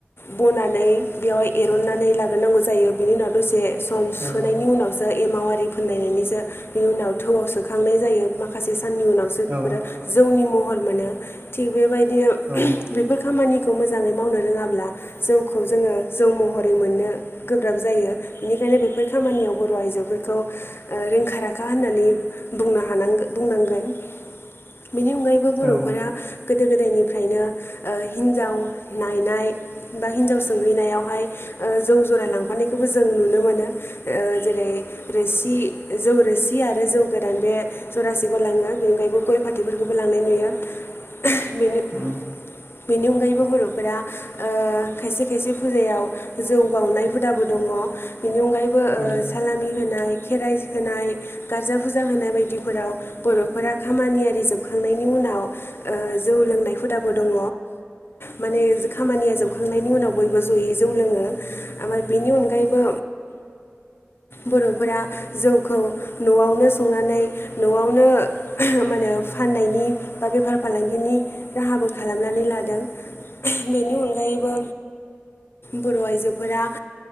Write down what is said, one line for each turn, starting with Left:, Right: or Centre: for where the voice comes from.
Left: बनानै बेवहाय एरननानै लाग्रोनांगौ जायो बिनि उनाव दसे सम सुनायनि
Right: उम औ
Left: उनावसो एमावरि फोननाय बेनि सो उनाव थोवाव सोखांनाय जायो माखासे साननि उनावसो बेफोरो
Right: औ
Left: जौनि म हर मोनो थिग बेबायदिनो
Right: औ
Left: बेफोर खामानि खौ मोजाङै मावनो रोङाब्ला जौखौ जोङो जौ महरै मोननो गोब्राब जायो बेनि माने बेफोर खामानियाव बर' आइजोफोरखौ रोंखा राखा होननानै बुंनो हानांगो बुंनांगोन बेनि अनगायैबो बर'फोरा
Right: औ
Left: गोदो गोदायनिफ्रायनो ओ हिन्जाव नायनाय बा हिन्जाव सोंहैनायावहाय जौ जरायलांफानायखौबो जों नुनो मोनो जेरै रोसि जौ रोसि आरो जौ गोदान बे जौरासिखौ लाङो बेनिगायबो गय फाथैफोरखौबो लांनाय नुयो बेनि
Right: ओ
Left: बेनि अनगायैबो बर'फोरा खायसे खायसे फुजायाव जौ बाउनाय हुदाबो दङ बेनि अनगायैबो ओ
Right: औ
Left: सालामि होनाय खेराइ होनाय गारजा फुजा होनाय बायदिफोराव बर'फोरा खामानियि जोबखांनायनि उनाव जौ लोंनाय हुदाबो दङ माने खामानिया जोबखांनायनि उनाव बयबो जयै जौ लोङो ओमफ्राय बेनि अनगायैबो बर'फोरा जौखौ न'आवनो संनानै न'आवनो मा होने फाननायनि ब बेफार फालांगिनि राहाबो खालामनानै लादों बेनि अनगायैबो बर' आइजोफोरा